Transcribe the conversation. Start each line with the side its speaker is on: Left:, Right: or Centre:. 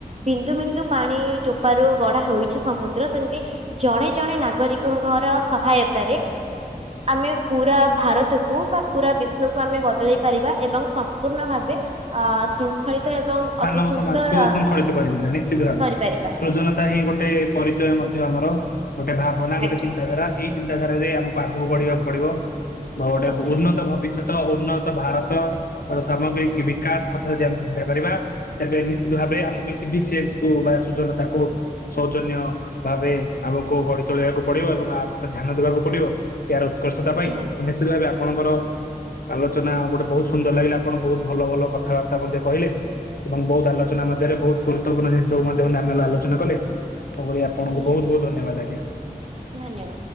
Right: ବିନ୍ଦୁ ବିନ୍ଦୁ ପାଣି ଚୋପାରୁ ଗଡା ହୋଇଛି ସମୁଦ୍ର, ସେମିତି ଜଣେ ଜଣେ ନାଗରିକଙ୍କର ସହାୟତାରେ ଆମେ ପୁରା ଭାରତକୁ ବା ପୁରା ବିଶ୍ଵକୁ ଆମେ ବଦଳେଇ ପାରିବା ଏବଂ ସମ୍ପୂର୍ଣ୍ଣ ଭାବେ ଅ ଶୃଙ୍ଖଳିତ ଏବଂ ଅତି
Left: ମାନବ
Right: ସୁନ୍ଦର
Left: ସମାଜ କୋ ଶୃଙ୍ଖଳିତ କରିପାରି ନିଶ୍ଚିତ ଭାରେ
Right: କରିପାରିବା
Left: ସୃଜନତା ହିଁ ଗୋଟେ ଗୋଟେ ପରିଚୟ ମଧ୍ୟ ଆମର ଗୋଟେ ଭାବନା
Right: ଆଜ୍ଞା।
Left: ଗୋଟେ ଚିନ୍ତାଧାରା ଏଇ ଚିନ୍ତାଧାରାରେ ଆମକୁ ଆଗକୁ ବଢିବାକୁ ପଡିବ। ଗୋଟେ
Right: ଆଜ୍ଞା।
Left: ଉନ୍ନତ ଭବିଷ୍ୟ ତ ଉନ୍ନତ ଭାରତ ସାମଗ୍ରୀ କି ବିକାଶ କଥା ଯଦି ଆମେ ଚିନ୍ତା କରିବା ତେବେ ନିଶ୍ଚିତ ଭାବେ ଆମକୁ ଏ ସିଭିକସେନ୍ସକୁ ବା ସୁଜନତାକୁ ସୌଜନ୍ୟ ଭାବେ ଆମକୁ ଗଢି ତୋଳିବାକୁ ପଡିବ ଏବଂ ଆ ଉପରେ ଧ୍ୟାନ ଦବାକୁ ପଡ଼ିବ। ଏହାର ଉତ୍କର୍ଷତା ପାଇଁ
Right: ନିହାତି
Left: ଆଉ ନିଶ୍ଚିତ ଭାବେ ଆପଣଙ୍କର ଆଲୋଚନା ଗୋଟେ ବୋହୁତ ସୁନ୍ଦର ଲାଗିଲା ଆପଣ ବୋହୁତ ଭଲ ଭଲ କଥାବାର୍ତ୍ତା ମଧ୍ୟ କହିଲେ। ଏବଂ ବହୁତ ଆଲୋଚନା ମଧ୍ୟରେ ବୋହୁତ ଗୁରୁତ୍ୱପୂର୍ଣ୍ଣ ଜିନିଷକୁ ମଧ୍ୟ <unintelligible> ଆଲୋଚନା କଲେ। ତୋ ଭଳି ଆପଣଙ୍କୁ
Right: ନିହାତି
Left: ବୋହୁତ ବୋହୁତ ଧନ୍ୟବାଦ ଆଜ୍ଞା।
Right: ଧନ୍ୟବାଦ।